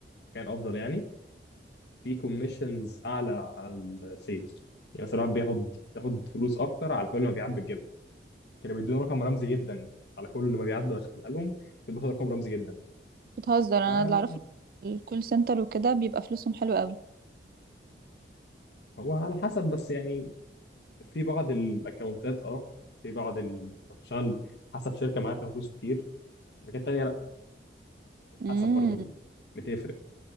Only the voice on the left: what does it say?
كان افضل يعني في كوميشنز اعلى على السيلز يعني مثلا الواحد بياخد بياخد فلوس اكتر على كل ما بيعد بتجيبها كانوا بيدوني رقم رمزي جدا على كل ما بيعد بدخلها لهم كنت باخد رقم رمزي جدا
فهو
على حسب بس يعني في بعض الاكونتات اه في بعض ال... بتشتغل حسب شركه معاها فلوس كتير شركات تانيه لا
حسب برضه بتفرق